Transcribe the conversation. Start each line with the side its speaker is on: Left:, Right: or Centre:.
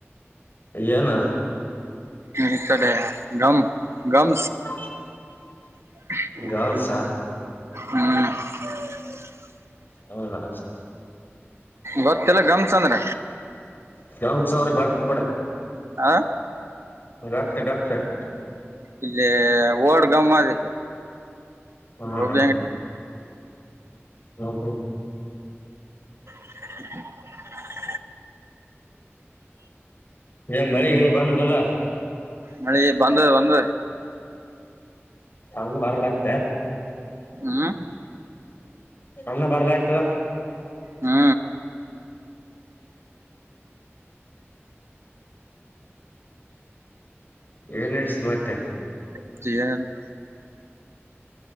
Left: ಏನು
Right: ಇತಡ ಗಮ ಗಮ
Left: <inaudible>
Right: ಹಾ
Left: ಗರ್ಲ್ಸ್ ಆ ಹೌದ
Right: ಗೊತ್ತಲ್ಲ ಗಮ್ ಚಂದ್ರ
Left: <unintelligible> ಎಂ ಸಾವ್ರಿಗೆ ಬತಬಡ
Right: ಹಾ
Left: <unintelligible> ಗಾಪ್ ಸ ಗಪ್ ಸರ್
Right: ಇಲ್ಲಿ ಓಡ್ ಗಮ್ಮತ್ ಇಲ್ಲಿ
Left: ಹಾ
Right: ಗೋಬಿ
Left: ಹ
Right: ಅಂಗಡಿ
Left: ಹ ಹ
Right: <inaudible>
Left: ಏನ್ ಮಳಿಗಳು ಬಂದಲ್ಲ
Right: ಮಳಿ ಬಂದ ಬಂದ
Left: <unintelligible> ಭಾರ ಲ್ತ
Right: ಹ್ಮ್
Left: ಅಣ್ಣ ಬರ್ಲಾಯ್ತದ
Right: ಹ್ಮ್
Left: ಏನ್ ನಡಿಸಿ ಮತ್ತೆ
Right: <unintelligible>